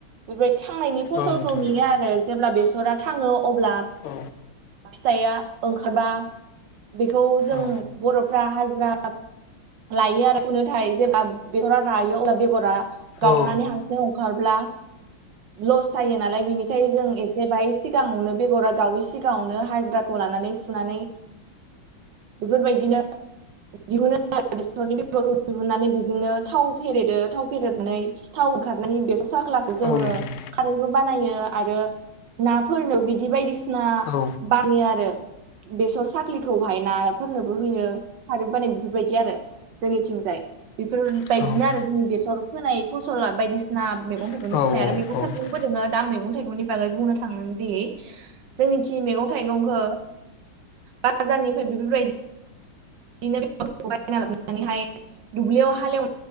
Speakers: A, on the right (about 65°); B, on the left (about 80°).
A: बेबायदि थांनायनि फसलखौ
B: औ नोंथां
A: नेयो आरो जेब्ला बेसरा थाङो अब्ला
B: औ
A: फिथाइआ ओंखारबा बेखौ जों
B: औ
A: बर'फ्रा हाजिरा जा लायो आरो फुनो थाखाय जेबब्ला बेगरा लायो अब्ला बेगरा गावनानै
B: औ
A: हारसिं हंखारब्ला लस जायो नालाय बिनिखायनो जों एसे बाय सिगाङावनो बेगरा गावै सिगां गावनो हाजिराखौ लानानै फुनानै बेफोरबायदिनो दिहुननोनि दिहुननानै बिदिनो थाव फेरेदो थाव फेरदनानै थाव ओंखारनानै बेस स <unintelligible> खौ जोङो
B: औ नोंथां
A: खारैबो बानायो, आरो नाफोरनो बिदि बायदिसिना
B: औ
A: बानाय आरो बेसर साख्लिखौहाय नाफोरनोबो होयो खारैबो बानि बेफोरबायदि आरो जोंनिथिंजाय बेफोरबायदिनो
B: औ
A: आरो जोंनि बेसर फोनाय फसला बायदिसिना मैगं थाइगंनि
B: औ
A: फोनाय आरो
B: औ नोंथां औ नोंथां औ नोंथां औ नोंथां औ
A: मैगं
B: औ
A: थाइगंबो दोङो दां मैगं थाइगंनि बागै बुंनो थांदों दि, जोंनि रिं मैगं थाइगंखौ बाजारनिफ्राय बेफोरबायदि बिदिनो <unintelligible> नानैहाय दुब्लियाव हालेव